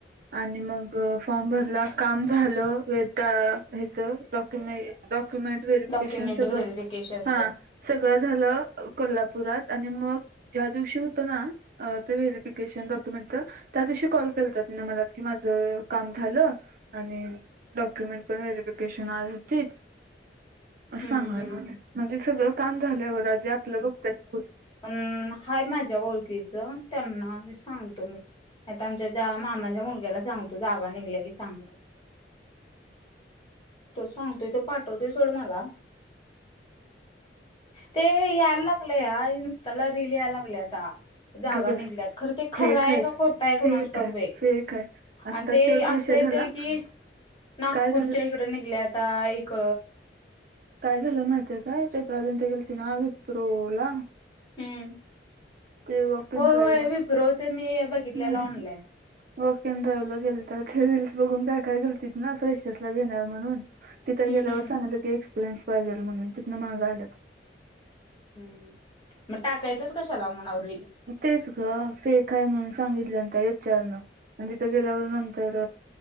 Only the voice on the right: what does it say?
आणि मग ग फॉर्म भरला काम झालं वे त्या हेच डॉक्युमें डॉक्युमेंट व्हेरफिकेशन
सगळ
हां सगळं झालं कोल्हापुरात आणि मग ज्या दिवशी हुतं नां ते व्हेरीफिकेशन डॉक्युमेंटच त्यादिवशी काॅल केलता तिनं मला की माझं काम झालं आणि डॉक्युमेंट पण व्हेरीफिकेशन आज होतीत
असं सांगाय लागलेली. म्हणजे सगळं काम झाल्यावर आधी आपलं बघत्यात पोरी.
<inaudible>
गप बस
फेक
आहेच
फेक
आहे
फेक आहे आत्ता
तोच विषय
झाला
काय झालं
काय झालं माहितेयं काय? चैत्राली आणि ते गेलते नां विप्रोला.
ते वॉक इन
ड्राईव्ह
ला
हम्म
वॉक एन डाईव्हला गेलता ते रील्स बघून काय काय गेलतीत ना फ्रेशर्सला घेणार म्हणून. तिथं
गेल्यावर
सांगितलं की एक्पिरियनस पाहीजे म्हणुन तिथं माग आल्यात.
तेच गं फेक हाय म्हणून सांगितलं त्या एच आर नं. आणि तिथं गेल्यावर नंतर